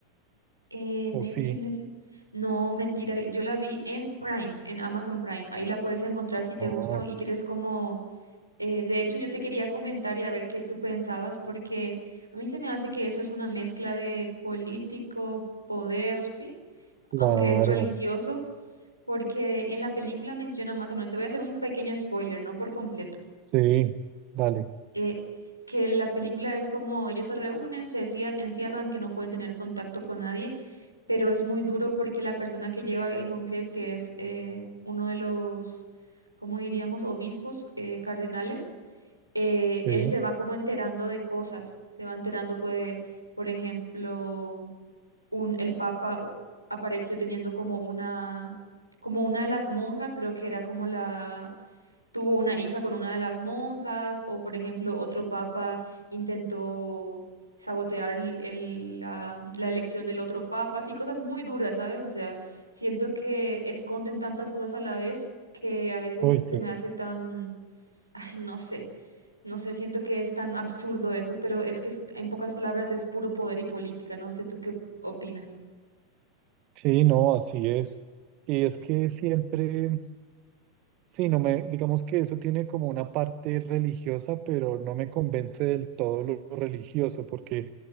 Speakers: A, on the right; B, on the right.
A: Eh,
B: ¿O
A: Netflix,
B: sí?
A: Netflix. No, mentira, yo la vi en Prime, en Amazon Prime. Ahí la puedes encontrar si te
B: Ah,
A: gusta y quieres como... eh, de hecho, yo te quería comentar y a ver qué tú pensabas, porque a mí se me hace que eso es una mezcla de político, poder, ¿sí?
B: claro.
A: Aunque es religioso, porque en la película menciona más o menos, te voy a hacer un pequeño spoiler, no por completo
B: Sí, dale.
A: eh, que la película es como ellos se reúnen, se cier- encierran, que no pueden tener contacto con nadie, pero es muy duro porque la persona que lleva el conclave, que es eh, uno de los, ¿cómo diríamos?, obispos, eh, cardenales, eh,
B: Sí.
A: él se va como enterando de cosas, se va enterando que, por ejemplo, un, el Papa u- apareció teniendo como una, como una de las monjas, creo que era como la tuvo una hija con una de las monjas, o por ejemplo, otro papa intentó sabotear el- el- la, la elección del otro papa, así cosas muy duras, ¿sabes? O sea, siento que esconden tantas cosas a la vez que a veces
B: Uy, sí.
A: se me hace tan, ay, no sé, no sé, siento que es tan absurdo eso, pero es que es- en pocas palabras es puro poder y política, no sé tú qué opinas.
B: Sí, no, así es. Y es que siempre. Sí, no me, digamos que eso tiene como una parte religiosa, pero no me convence del todo lo religioso, porque